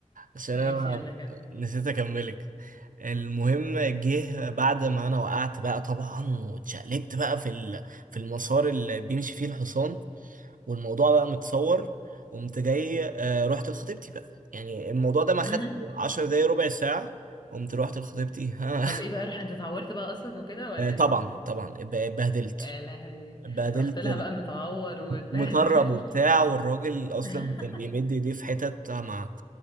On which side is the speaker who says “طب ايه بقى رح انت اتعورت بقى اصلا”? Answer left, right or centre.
Left